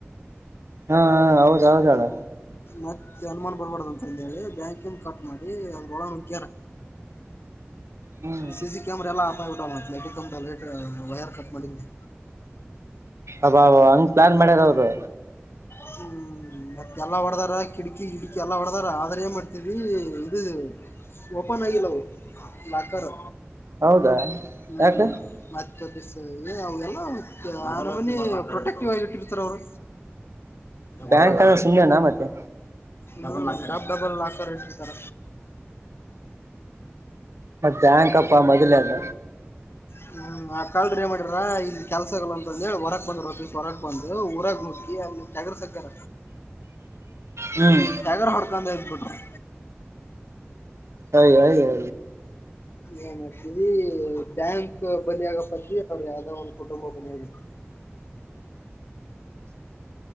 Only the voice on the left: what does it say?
ಮತ್ತೆ ಅನುಮಾನ ಬಿಡ್ಬಾರಡ್ದ ಅಂತರಿ ಹೇಳಿ ಬ್ಯಾಂಕ ಕಟ್ ಮಾಡಿ ಅವ್ರೊಳಗ ನಗ್ಗ್ಯಾರ
ಸೀಸಿ ಕ್ಯಮೆರಲ ಆಫ್ ಎಟ ಮತ್ಲಟ ಕಮಟಲೆಟ್ ವಯರ್ ಕಟ್ ಮಾಡಿಂದೇ
ಹೂ ಮತ್ತೆ ಎಲ್ಲಾ ಹೊಡದಾರ ಕಿಡಕಿ ಕಿಡಕಿ ಎಲ್ಲಾ ಹೊಡದಾರ ಆದ್ರ ಏನ್ ಮಾಡ್ತವಿ ಇದು ಓಪನ್ ಆಗಿಲ್ಲವೂ ಲಾಕರ್
ಹೂ
ಮತ್ತೆ ಏನ್ ಅವಲ್ಲ ಮತ್ತ ಆರಾಮನ ಪ್ರೊಟೆಕ್ಟಿವ್ ಆಗಿ ಇಟ್ಟಿರ್ತಾರ ಅವ್ರು ಡಲ್
ಲಾ
ಡಲ್ ಲಾ ಡಬಲ್ ಲಾಕರ್ತಾರ
ಹ ಹೂ ಆ ಕಲ್ ಏ ಮಾಡಿರ ಇಲ್ಲಿ ಕೆಲ್ಸಗಲ್ಲ ಅಂತಂದ ಹೇಳಿ ಹೊರಕ್ ಬಂದ ರಸ್ ಹೊರಕ್ ಬಂದ ಊರಾಗ ಮುಟ್ಟಿ ಅಲ್ಲಿ ಟ್ಯಾಗರ್ ಸಕ್ಕರ
ಟ್ಯಾಗರ್ ಹೊಡ್ಕೊಂಡೆ ಅ ಬಿಿಟ್ರಿ
ಏನ್ ಮಾಡ್ತೀವಿ ಬ್ಯಾಂಕ್ ಬನ್ನಿ ಆಗಪ್ಪದ್ವಿ ಅವ್ರರು ಯಾವ್ದೋ ಒಂದು ಕುಟುಂಬ ಬನ್ನಿ ಆಗಬವಿ